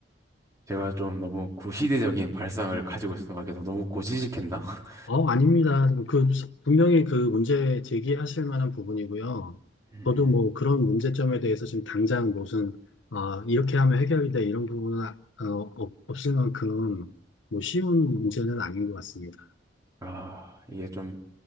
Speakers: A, on the right; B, on the left.
A: 제가 좀 너무 구시대적인 발상을 가지고 있었던 것 같아서 너무 고지식했나? <laughs>
B: 어, 아닙니다. 그, 분명히 그 문제 제기하실 만한 부분이고요.
A: 음,
B: 저도 뭐 그런 문제점에 대해서 지금 당장 무슨, 아, 이렇게 하면 해결이 돼, 이런 부분은, 아- 어, 없- 없을 만큼 뭐 쉬운 문제는 아닌 것 같습니다.
A: 아, 이게 좀